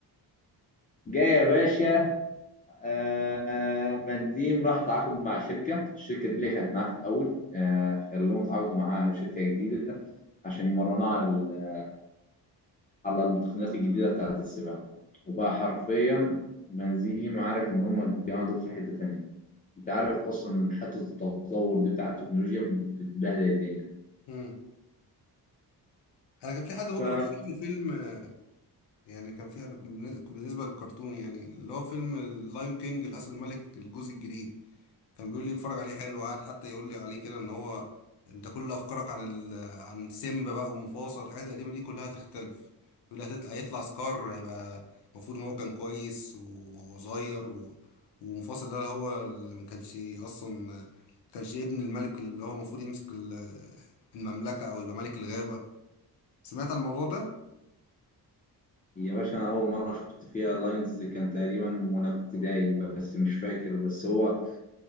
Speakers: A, on the left; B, on the left.
A: جاي يا باشا آه آه، فان ديم راح تعاقد مع شركة الشركة دي اللي كانت معاه في الأول آه خلوهم يتعاقدوا مع شركة جديدة عشان يمرنوه على ال- على التقنيات الجديدة بتاعة السباق وبقى حرفيا بنزيم عارف إن هما الجماعة دول في حتة تانية أنت عارف أصلا إن حتة التطور دي بتاع التكنولوجيا بتبهدل الدنيا
B: امم انا كان في حد برضه
A: ف
B: رشح لي فيلم آه، يعني كان في أنا كان بالنسبة كان بالنسبة للكرتون يعني اللي هو فيلم اللايون كينج الاسد الملك الجزء الجديد كان بيقول لي اتفرج عليه حلو قاعد حتى يقول لي عليه كده ان هو انت كل افكارك عن ال... عن سيمبا بقى ومفاصل الحاجات القديمه دي كلها هتختلف بيقول لي هتطلع يطلع سكار هيبقى المفروض ان هو كان كويس وصغير و... ومفاصل ده هو اللي ما كانش اصلا ما كانش ابن الملك اللي هو المفروض يمسك ال- المملكه او يبقى ملك الغابه سمعت عن الموضوع ده
A: يا باشا أنا أول مرة شفت فيها لاينز كان تقريبا وأنا في ابتدائي بس مش فاكر بس هو